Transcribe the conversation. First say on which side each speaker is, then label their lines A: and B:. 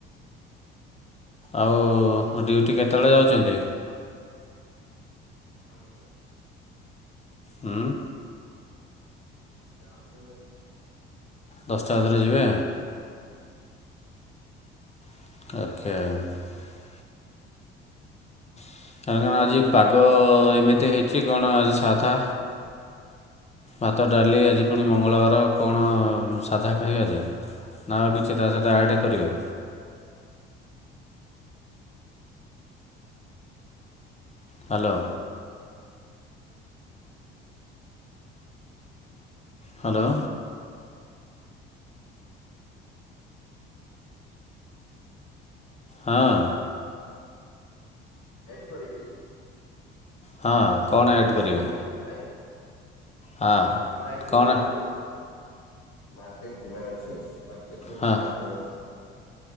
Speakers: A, on the left; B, on the left.
A: ଆଉ ଡ୍ୟୁଟି କେତେବେଳେ ଯାଉଚନ୍ତି?
B: ଦଶ୍ ଟା ଅଧେ।
A: ହୁଁ।
B: ଦଶ୍ ଟା ଅଧେ।
A: ଦଶଟା ଅଧେ ରେ ଯିବେ। <unintelligible> <unintelligible> ଆଜି ପାଗ ଏମିତି ହେଇଚି କଣ ଆଜି ସାଧା। ଭାତ, ଡାଲି ଆଜି ପୁଣି ମଙ୍ଗଳବାର କଣ ସାଧା ଖାଇବେ ଆଜି ନା ଆଉ କିଛି ତା ସହିତ ଆଡ଼୍ କରିବେ? ହ୍ୟାଲୋ। ହାଲୋ ହଁ।
B: ଏଡ୍ କରିବି?
A: ହଁ କ'ଣ
B: ବର୍ତ୍ତମାନ
A: ଏଡ୍ କରିବେ
B: ପାଇଁ ଏବେ କିଛି ନାହିଁ।
A: ହଁ
B: ଏବେ ପାଇଁ କିଛି
A: କ'ଣ
B: ନାହିଁ। ମାର୍କେଟ ଯିବାର ଅଛି ମାର୍କେଟରୁ
A: ହଁ
B: ଯାହା ମିଳିଲା।